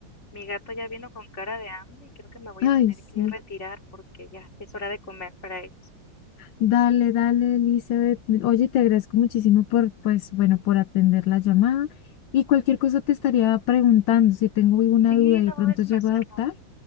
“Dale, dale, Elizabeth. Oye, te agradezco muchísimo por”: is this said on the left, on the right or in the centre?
Left